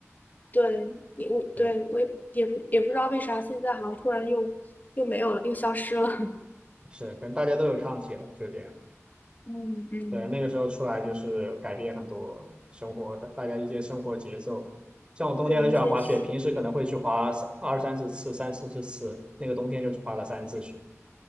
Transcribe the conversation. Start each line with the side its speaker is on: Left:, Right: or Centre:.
Left: 对，也我对我也也不也不知道为啥，
Right: 对，
Left: 现在好像突然又又没有了，又消失了。<laughs>
Right: 是，可能大家都有抗体了，就这样。
Left: 嗯嗯，
Right: 对，那个时候出来就是改变很多生活的，大家一些生活节奏。像我冬天很喜欢滑雪，
Left: 对，谢谢。
Right: 平时可能会去滑三二三十次、三四十次，那个冬天就是滑了三次雪。